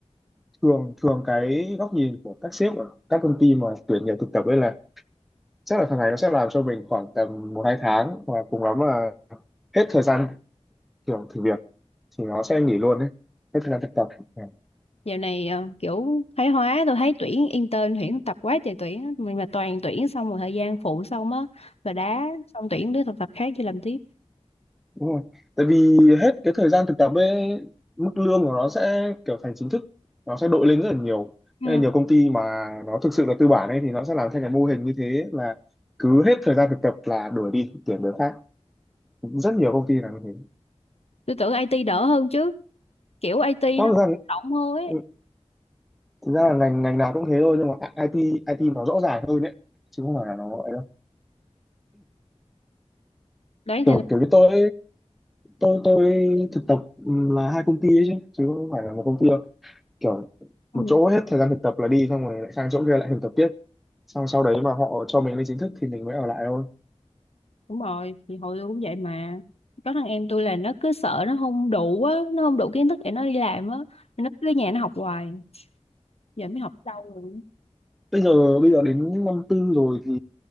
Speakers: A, in the centre; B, on the left (about 65°).
A: thường thường cái góc nhìn của các sếp ở các công ty mà tuyển nhiều thực tập ấy là chắc là thằng này nó sẽ làm cho mình khoảng tầm một hai tháng và cùng lắm là hết thời gian kiểu thử việc thì nó sẽ nghỉ luôn đấy hết thời gian thực tập Dạ.
B: Dạo này ờ, kiểu thái hóa tôi thấy tuyển intern tuyển thực tập quá trời tuyển á. mình mà toàn tuyển xong rồi thời gian phụ xong á là đá xong tuyển đứa thực tập khác cho làm tiếp
A: đúng rồi tại vì hết cái thời gian thực tập ấy mức lương của nó sẽ kiểu thành chính thức nó sẽ đội lên rất là nhiều
B: Ừ.
A: nên là nhiều công ty mà nó thực sự là tư bản ấy thì nó sẽ làm theo cái mô hình như thế là cứ hết thời gian thực tập là đuổi đi tuyển người khác rất nhiều công ty làm như thế
B: tôi tưởng IT đỡ hơn chứ kiểu IT
A: rõ
B: nó
A: ràng
B: rộng hơn ấy
A: ừ, thực ra là ngành ngành nào cũng thế thôi nhưng mà IT IT nó rõ ràng hơn đấy chứ không phải là nó ấy đâu
B: đấy thì
A: kiểu kiểu như tôi tôi tôi thực tập là hai công ty ấy chứ chứ không phải là một công ty đâu kiểu
B: ừ,
A: một chỗ hết thời gian thực tập là đi xong rồi lại sang chỗ kia lại thực tập tiếp xong sau đấy mà họ cho mình lên chính thức thì mình mới ở lại thôi
B: đúng rồi thì hồi tôi cũng vậy mà có thằng em tôi là nó cứ sợ nó không đủ á nó không đủ kiến thức để nó đi làm á nó cứ ở nhà nó học hoài giờ mới học lâu rồi
A: bây giờ bây giờ đến năm tư rồi thì